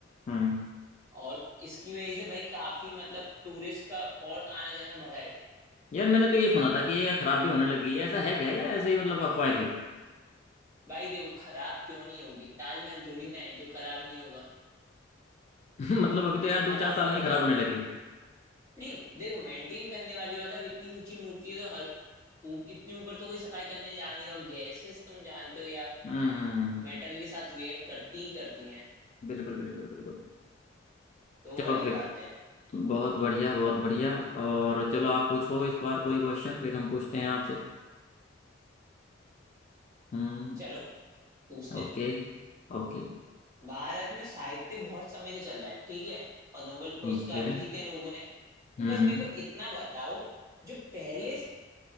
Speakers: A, on the left; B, on the right.
A: हम्म
B: और इसकी वजह से भाई काफी मतलब टूरिस्ट का और आना जाना बढ़ा है
A: यार मैंने तो ये सुना था कि ये खराब भी होने लगी है ऐसा है क्या या ऐसे ही मतलब अफवाहें थी
B: भाई देखो खराब क्यों नहीं होगी ताजमहल थोड़ी ना है जो खराब नहीं होगा
A: <laughs> मतलब अभी तो यार दो
B: खराब
A: चार साल
B: तो
A: में
B: होगा
A: ही खराब होने लग गई
B: नहीं देखो मेंटेन करने वाली बात है अब इतनी ऊंची मूर्ति है तो हर ऊ- इतने ऊपर तो कोई सफाई करने जा नहीं रहा हो गैसेस तुम जानते हो यार
A: हम्म
B: मेटल के साथ रिएक्ट करती ही करती हैं
A: बिल्कुल बिल्कुल बिल्कुल
B: तो वो
A: चलो
B: वाली
A: फिर
B: बात है
A: बहुत बढ़िया बहुत बढ़िया और चलो आप पूछो इस बार कोई क्वेश्चन फिर हम पूछते हैं आपसे हम्म
B: चलो पूछते
A: ओके
B: हैं।
A: ओके
B: भारत में साहित्य बहुत समय से चल रहा है ठीक है और नोबेल पुरस्कार
A: ठीक है
B: भी जीते हैं लोगों ने तो
A: हम्म
B: बस मेरे को इतना बताओ जो पहले